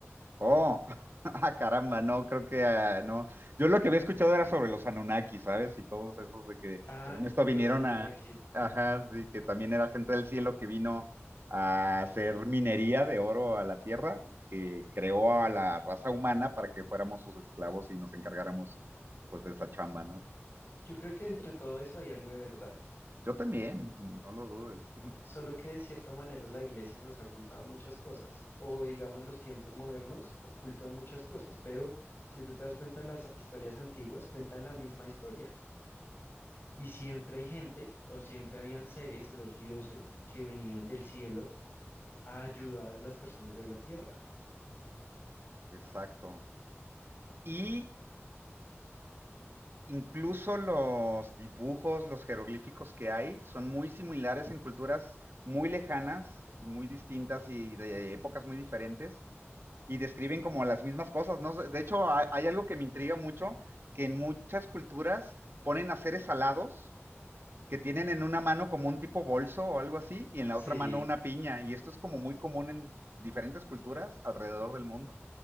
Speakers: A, on the right (about 55°); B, on the left (about 50°).
A: Oh, <laughs> ah, caramba, no, creo que ah, no. Yo lo que había escuchado era sobre los Anunnaki, ¿sabes? Y todos esos de que,
B: Ah,
A: según esto,
B: los
A: vinieron
B: Anunnaki.
A: a, ajá, sí, que también era gente del cielo que vino a hacer minería de oro a la tierra y que creó a la raza humana para que fuéramos sus esclavos y nos encargáramos, pues, de esa chamba, ¿no?
B: Yo creo que entre todo eso hay algo de verdad.
A: Yo también, no lo dudes. <laughs>
B: Solo que de cierta manera la iglesia nos ha ocultado muchas cosas, o digamos los tiempos modernos ocultan muchas cosas, pero si tú te das cuenta, las historias antiguas cuentan la misma historia. Y siempre hay gente, o siempre habían seres, los dioses, que venían del cielo a ayudar a las personas de la tierra.
A: Exacto. Y
B: Eh,
A: Incluso los dibujos, los jeroglíficos que hay, son muy similares en culturas muy lejanas, muy distintas y de épocas muy diferentes, y describen como las mismas cosas, ¿no? De hecho, hay, hay algo que me intriga mucho, que en muchas culturas ponen a seres alados que tienen en una mano como un tipo bolso o algo así, y en la
B: Sí,
A: otra mano una piña, y esto es como muy común en diferentes culturas alrededor del mundo.